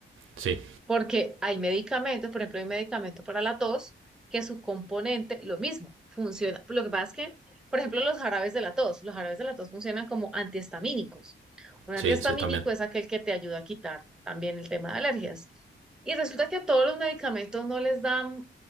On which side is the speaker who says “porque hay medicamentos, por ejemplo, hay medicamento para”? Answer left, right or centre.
Centre